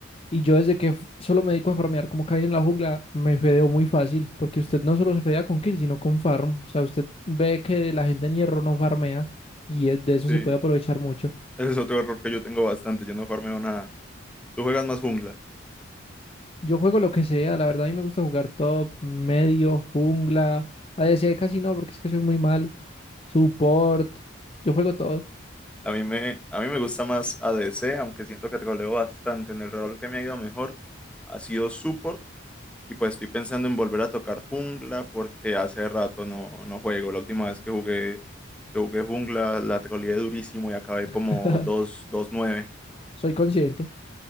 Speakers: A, on the left; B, in the centre.
A: Y yo desde que f- solo me dedico a farmear como Caín en la jungla, me fedeo muy fácil, porque usted no solo se fedea con kill, sino con farm. O sea, usted ve que la gente en hierro no farmea y es- de eso
B: Sí,
A: se puede aprovechar mucho.
B: ese es otro error que yo tengo bastante. Yo no farmeo nada. Tú juegas más jungla.
A: Yo juego lo que sea, la verdad a mí me gusta jugar top, medio, jungla, ADC casi no, porque es que soy muy malo, support, yo juego todo.
B: A mí me, a mí me gusta más ADC, aunque siento que troleo bastante. En el rol que me ha ido mejor ha sido support Y pues estoy pensando en volver a tocar jungla porque hace rato no, no juego. La última vez que jugué, que jugué jungla la troleé durísimo y acabé como
A: <laughs>
B: dos dos nueve
A: Soy consciente.